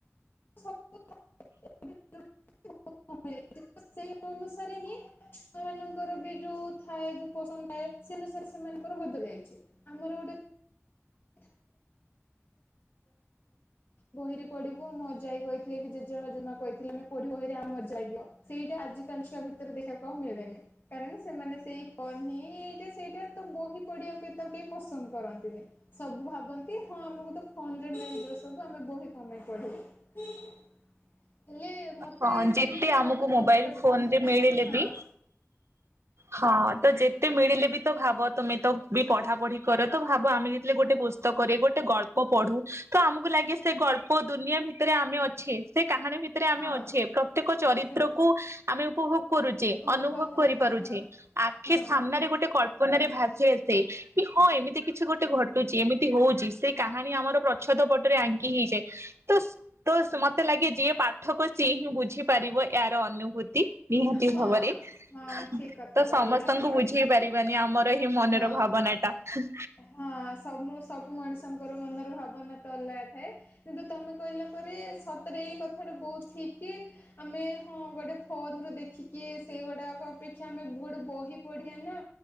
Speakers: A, on the left (about 50°); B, on the right (about 65°).
A: ସବୁ ତ <inaudible> ସେଇ ଅନୁସାରେ ହିଁ ଛୁଆ ମାନଙ୍କର ବି ଯୋଉ ଥାଏ ଯୋଉ ପସନ୍ଦ ଥାଏ ସେ ଅନୁସାରେ ସେମାନଙ୍କର ବଦଳି ଯାଇଛି ଆମର ଗୋଟେ <inaudible> ବହିରେ ପଢିବୁ ଅଜା ଆଈ କହିଥିଲେ କି ଜେଜେ ଜେଜେମା କହିଥିଲେ ମମେ ପଢିବୁ ବହିରେ ଆଉ ମଜା ହେଇକିଅ ସେଇଟା ଆଜି କାଲି ଛୁଆ ଭିତରେ ଦେଖିବାକୁ ଆଉ ମିଳେନି। କାରଣ ସେମାନେ ସେଇ ଫୋନ ହିଁ ଏଇଟା ସେଇଟା ତ ବହି ପଡିିବାକୁ କେ ତ କେହି ପସନ୍ଦ କରନ୍ତିନି। ସବୁ ଭାବନ୍ତି ହଁ ଆମକୁ ତ ଫୋନରେ ମିଳିଯିବ ସବୁ ଆମେ ବହି କଣ ପାଇଁ ପଢିବୁ? ହେଲେ ମତେ
B: ହଁ
A: ସେଇ
B: ଯେତେ
A: ବିଷୟ
B: ଆମକୁ
A: ମତେ
B: ମୋବାଇଲ
A: ବହୁତ୍ ପଡିବ
B: ଫୋନ ରେ ମିଳିଲେ
A: ହଁ।
B: ବି ହଁ ତ ଯେତେ ମିଳିଲେ ବି ତ ଭାବ ତମେ ତ ବି ପଢା ପଢି କର ତ ଭାବ ଆମେ ଯେ ହେଲେ ଗୋଟେ
A: ହଁ।
B: ପୁସ୍ତକ। କରେ ଗୋଟେ ଗଳ୍ପ ପଢୁ ତ ଆମକୁ ଲାଗେ ସେ ଗଲ୍ପ ଦୁନିଆ ଭିତରେ ଆମେ ଅଛେ ସେ କାହାଣୀ ଭି ଆମେ
A: ହଁ
B: ଅଛେ ପ୍ରତ୍ୟେକ ଚରିତ୍ରକୁୁ
A: ସେ
B: ଆମେ ଉପଭୋଗ କରୁଛେ
A: ଉପଭୋଗ
B: ଅନୁଭବ
A: କରୁଛେ
B: କରିପାରୁଛେ
A: ହଁ।
B: ଆଖି
A: ହଁ
B: ସାମ୍ନାରେ ଗୋଟେ କଳ୍ପ ଳ୍ପନାରେ ଭା ଆସେ କି ହଁ ଏମିତି କିଛି ଗୋଟେ ଘଟୁଛି ଏମିତି ହଉଛି ସେ କାହାଣୀ ଆମର ଛଦ ପଟରେ ଆଙ୍କି ହେଇଯାଏ ତ ତ ମତେ ଲାଗେ ଯିଏ ପାଠ କୁ ସିଏ ହିଁ ବୁଝିପାରିବ ଏଆର ଅନୁଭୂତି। ନିହାତି
A: ହଁ
B: ଭାବରେ ତ
A: ହଁ ଠିକ କଥା କହିଲ
B: ସମସ୍ତଙ୍କୁ
A: ଯିଏ
B: ବୁଝେଇ
A: ହୁଁ।
B: ପାରି ବାନି ଆମର ଏହି ମନର
A: ହଁ
B: ଭାବନା ଟା ହେଁ।
A: ହଁ ସବୁ ସବୁ ମଣିଷଙ୍କର ମନର ଭାବନା ତ ଅଲଗା ଥାଏ। କିନ୍ତୁ ତମେ କହିଲା ପରେ ସତରେ ଏଇ କଥା ଟା ବହୁତ ଠିକ କି। ଆମେ ହଁ ଗୋଟେ ଫୋନ ରୁ ଦେଖିକି ସେଇଗୁଡ଼ାକ ଅପେକ୍ଷା ଆମେ ବହି ଟେ ବହି ପଢ଼ିଆ ନା।